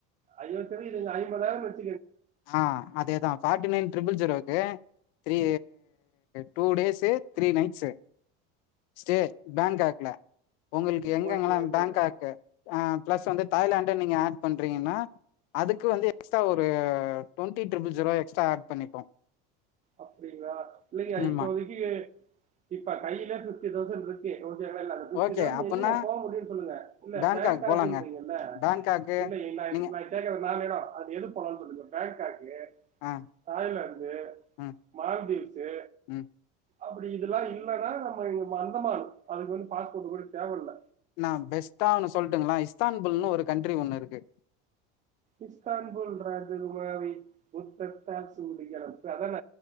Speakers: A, on the right; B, on the left.
A: ஐயோ தெரியுதுங்க ஐம்பதாயிரம் வச்
B: ஆ அதேதான் ஃபார்ட்டி நைன் ட்ரிபிள் ஜீரோக்கு three two days three nights stay பேங்காக்ல உங்களுக்கு எங்கங்கலா
A: ஓகே ஓகே
B: பேங்காக் அ ப்ளஸ் வந்து தாய்லாண்டு நீங்க ஆட் பண் பன்றீங்கனா அதுக்கு வந்து எக்ஸ்ட்ரா ஒரு அ twenty triple zero extra add பண்ணப்போ
A: அப்டிங்ளா இல்லெங்க இப்போதக்கி
B: ஆமா.
A: இப்ப கையில ஃபிஃப்டி தௌசண்ட்ருக்கு <unintelligible> ஃபிஃப்டி
B: ஓகே.
A: தௌஸன்கு
B: அப்பன்னா
A: எங்கங்க போ முடியுன் சொல்லுங்க இல்ல
B: பேங்காக்
A: பேங்காக்குன்றீங்கல்ல
B: போலாங்க. பேங்காக்கு
A: இல்ல எ நா
B: நீங்க
A: நா கேக்குற நாலெடொ அது எது போலான் சொல்லுங்க பேங்காக் கு
B: ஆ,
A: தாய்லாந்து
B: ம்,
A: மால்தீவ்ஸு
B: ம்.
A: அப்டி இதெல்லா இல்லனா நம்ம அந்தமான் அதுக்கு வந்து பாஸ்போட் கூட தேவல்ல
B: நா பெஸ்ட்டா ஒன்னு சொல்ட்டுங்ளா இஸ்தான்புல்னு ஒரு கண்ட்ரி ஒண்ணுருக்கு
A: இஸ்தான்புல் ராஜகுமாரி முத்தத்த சூடுகிறம் ந அதான